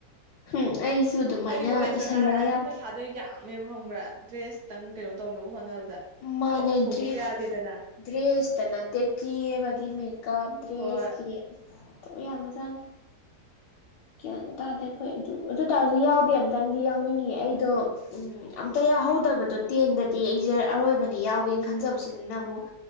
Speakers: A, on the left; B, on the right.
A: ꯍꯝ ꯑꯩꯁꯨ ꯑꯗꯨꯃꯥꯏꯅ
B: ꯍꯥꯏꯗꯤ ꯀꯣꯂꯦꯁ
A: ꯏꯁꯜꯂꯒ
B: ꯀ ꯀꯥꯔꯛꯑꯗꯤ
A: ꯌꯥꯎꯗꯦ
B: ꯄꯩꯁꯥꯗꯣ ꯌꯥꯝ ꯃꯦꯕ ꯈꯪꯕ꯭ꯔꯥ ꯗ꯭ꯔꯦꯁꯇꯪ ꯀꯩꯅꯣ ꯇꯧꯅꯕ ꯍꯣꯠꯅꯕꯗ
A: ꯃꯥꯅꯦ
B: ꯆꯣꯞꯅ ꯊꯣꯛꯄꯁꯨ
A: ꯗ꯭ꯔꯦꯁ
B: ꯌꯥꯗꯦꯗꯅ
A: ꯗ꯭ꯔꯦꯁꯇ ꯅꯠꯇꯦ ꯀꯦꯕꯒꯤ ꯃꯦꯀꯞ ꯗ꯭ꯔꯦꯁ
B: ꯍꯣꯏ
A: ꯀꯤ <unintelligible> ꯌꯥꯝꯒꯔꯥ ꯖꯥꯠꯅꯦ ꯒ꯭ꯌꯥꯟꯒ ꯇꯥꯗꯦ ꯑꯩꯈꯣꯏ ꯑꯗꯨ ꯑꯗꯨ ꯑꯣꯢ ꯇꯥꯔꯖꯨ ꯌꯥꯎꯗꯤ ꯑꯝꯇꯪꯗꯤ ꯌꯥꯎꯅꯤꯡꯉꯤ ꯑꯩꯗꯣ ꯎꯝ ꯑꯝꯇ ꯌꯥꯥꯍꯧꯗꯕꯗꯣ ꯇꯦꯟꯗꯗꯤ ꯑꯩꯁꯦ ꯑꯔꯣꯏꯕꯅꯤ ꯌꯥꯎꯒꯦꯅ ꯈꯟꯖꯕꯁꯤꯗꯅ ꯑꯃꯨꯛ